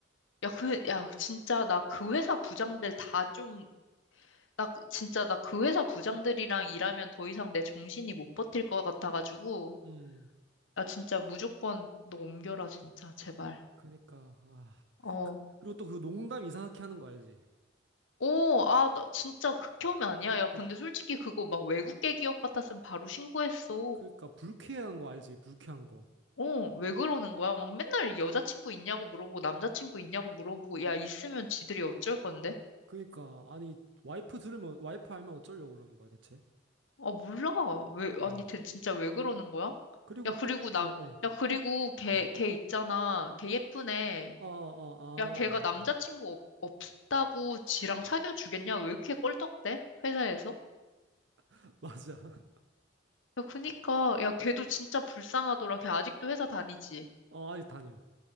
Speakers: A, on the left (about 75°); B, on the right (about 65°).
A: 야, 그, 야, 진짜 나 그 회사 부장들 다 좀, 나 그- 진짜 나 그 회사 부장들이랑 일하면 더 이상 내 정신이 못 버틸 것 같아가지고.
B: 음,
A: 아, 진짜 무조건 너 옮겨라, 진짜. 제발.
B: 그니까, 아.
A: 어.
B: 그, 그리고 또 그 농담 이상하게 하는 거 알지?
A: 오, 아, 나 진짜 극혐이 아니야. 야, 근데
B: 어,
A: 솔직히 그거 막 외국계 기업 같았으면 바로 신고했어.
B: 그니까, 불쾌한 거 알지? 불쾌한 거.
A: 어, 왜 그러는 거야? 막 맨날 여자친구 있냐고 물어보고 남자친구 있냐고 물어보고 야, 있으면 지들이 어쩔 건데?
B: 그니까, 아니, 와이프 들으면, 와이프 알면 어쩌려고 그러는 거야, 대체?
A: 아, 몰라. 왜, 아니,
B: 아,
A: 대- 진짜 왜 그러는 거야?
B: 그리고
A: 야, 그리고
B: 또,
A: 남,
B: 어, 어,
A: 야, 그리고 걔,
B: 어,
A: 걔 있잖아. 걔 예쁜 애.
B: 어, 어, 어,
A: 야, 걔가
B: 아,
A: 남자친구
B: 어,
A: 없, 없다고 지랑 사귀어 주겠냐? 왜 이렇게 껄떡대? 회사에서?
B: <laughs> 맞아.
A: 야, 그니까, 야, 걔도 진짜 불쌍하더라. 걔 아직도 회사 다니지.
B: 어, 아직 다녀.